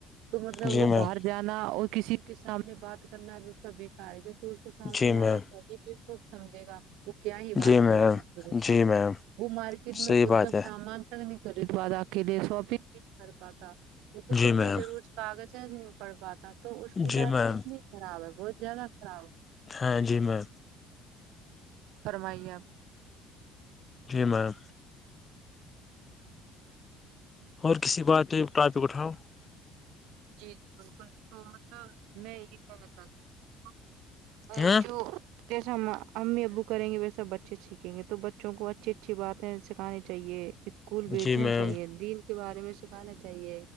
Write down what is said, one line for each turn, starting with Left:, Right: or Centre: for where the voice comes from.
Right: تو مطلب
Left: جی
Right: وہ
Left: میم
Right: باہر جانا اور کسی کے سامنے بات کرنابی اس کا بیکار ہے کیونکہ تو سامنے
Left: جی
Right: والا
Left: میم
Right: سہی بھی کو سمجھے گا وہ کیا ہی بات
Left: جی
Right: کرے
Left: میم
Right: گا پھر بتاؤ
Left: جی میم
Right: وہ مارکیٹ
Left: صحیح
Right: میں خود
Left: بات
Right: کا
Left: ہے
Right: سامان تک نہیں خرید پتا خود کے لیے شاپنگ بھی نہیں کر پاتا وہ کچھ
Left: جی
Right: اپنی
Left: میم
Right: ضور کاغذیں سے نہیں پڑ پاتا تو اس کی
Left: جی
Right: لائف
Left: میم
Right: کتنی خراب ہے بہت زیادہ خراب ہے
Left: ہاں جی میم
Right: فرمائیے آپ
Left: جی میم اور کسی بات ٹاپک اٹھاؤ
Right: جی جی بالکل تو مطلب میں یہ کہنا چاہتی ہوں
Left: ہاں
Right: جو جیسا امی ابو کر گے وسا بچے سیکھیں گے تو بچوں کو اچھی اچھی بات سکھانے چاہیے اسکول بھیجنا
Left: جی میم
Right: چاہیے دین کے بارے میں سکھانا چاہیے